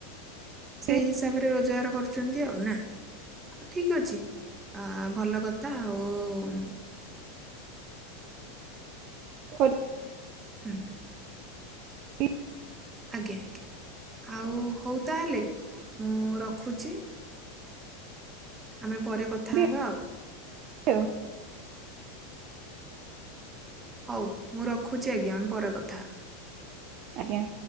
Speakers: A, on the right; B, on the right.
A: ସେତିକି
B: ସେଇ ହିସାବରେ ରୋଜଗାର କରୁଛନ୍ତି ଆଉ ନା? ଆଉ ଠିକ୍ ଅଛି ଆ ଭଲ କଥା ଆଉ ଉଁ
A: କର୍
B: ହୁଁ
A: କରିକି
B: ଆଜ୍ଞା, ଆଜ୍ଞା, ଆଉ ହଉ ତାହେଲେ ମୁଁ ରଖୁଛି। ଆମେ ପରେ କଥା
A: ଦେବି
B: ହେବା ଆଉ।
A: <unintelligible>
B: ହଉ ମୁଁ ରଖୁଛି ଆଜ୍ଞା। ଆମେ ପରେ କଥା ହେବା।
A: ଆଜ୍ଞା।